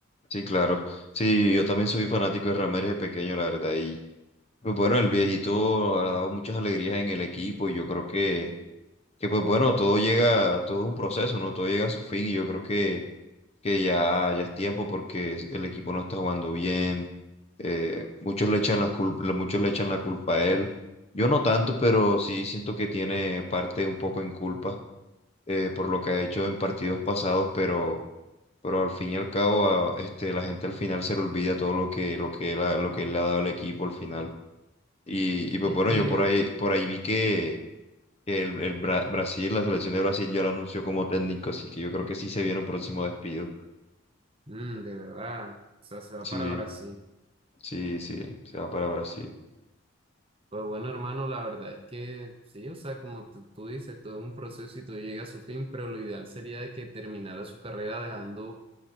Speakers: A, on the left; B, on the right.
A: Sí, claro. Sí, yo también soy fanático de Ramírez de pequeño, la verdad. Y, pues bueno, el viejito ha dado muchas alegrías en el equipo y yo creo que, que pues bueno, todo llega, todo es un proceso, ¿no? Todo llega a su fin y yo creo que, que ya, ya es tiempo porque el equipo no está jugando bien. eh, muchos le echan la culpa, muchos le echan la culpa a él. Yo no tanto, pero sí siento que tiene parte un poco en culpa eh, por lo que ha hecho en partidos pasados, pero, pero al fin y al cabo, a- este, la gente al final se le olvida todo lo que, lo que él ha- lo que él le ha dado al equipo al final. Y, y pues
B: Es
A: bueno,
B: que
A: yo por ahí, por ahí vi que, que el, el Bra- Brasil, la selección de Brasil ya lo anunció como técnico, así que yo creo que sí se viene un próximo despido.
B: Mm, de verdad, o sea, se va
A: Sí,
B: para Brasil.
A: sí, sí, se va para
B: Uf,
A: Brasil.
B: Pues bueno, hermano, la verdad es que sí, o sea, como tú, tú dices, todo es un proceso y todo llega a su fin, pero lo ideal sería de que terminara su carrera dejando,